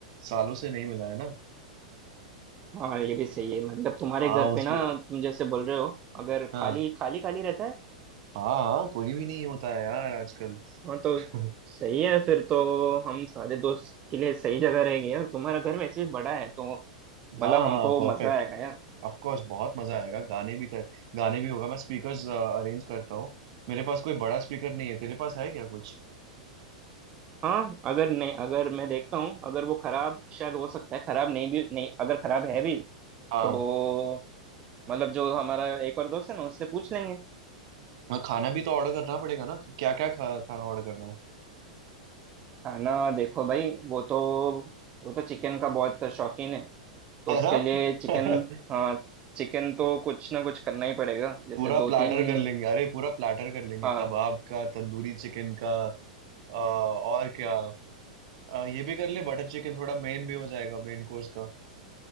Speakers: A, on the right; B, on the right.
A: सालों से नहीं मिला है ना
B: हाँ ये भी सही है मतलब तुम्हारे
A: हाँ
B: घर पे
A: उसको
B: ना तुम जैसे बोल रहे हो अगर
A: हाँ
B: खाली खाली खाली रहता है
A: हाँ हाँ कोई भी नहीं होता है यार आजकल
B: हाँ तो
A: <laughs>
B: सही है फिर तो हम सारे दोस्त के लिए सही जगह रहेंगे यार तुम्हारा घर वैसे भी बड़ा है तो
A: हाँ
B: मतलब हमको
A: हाँ परफेक्ट
B: मजा आएगा यार
A: ऑफ कोर्स बहुत मजा आएगा गाने भी कर गाने भी होगा मैं स्पीकर्स अरेंज करता हूँ मेरे पास कोई बड़ा स्पीकर नहीं है तेरे पास है क्या कुछ
B: हाँ अगर नहीं अगर मैं देखता हूँ अगर वो खराब शायद हो सकता है खराब नहीं भी नहीं अगर खराब है भी
A: हाँ
B: तो मतलब जो हमारा एक और दोस्त है ना उससे पूछ लेंगे
A: और खाना भी तो ऑर्डर करना पड़ेगा ना क्या क्या खा, खाना ऑर्डर करना है
B: खाना देखो भाई वो तो वो तो चिकन का बहुत शौकीन है तो
A: है
B: उसके
A: ना
B: लिए
A: <laughs>
B: चिकन हाँ चिकन तो कुछ ना कुछ करना ही पड़ेगा जैसे
A: पूरा
B: दो
A: प्लाटर
B: तीन
A: कर लेंगे अरे पूरा प्लाटर कर लेंगे
B: हाँ
A: कबाब का तंदूरी चिकन का अ, और क्या अ, ये भी कर ले बटर चिकन थोड़ा मेन भी हो जाएगा मेन कोर्स का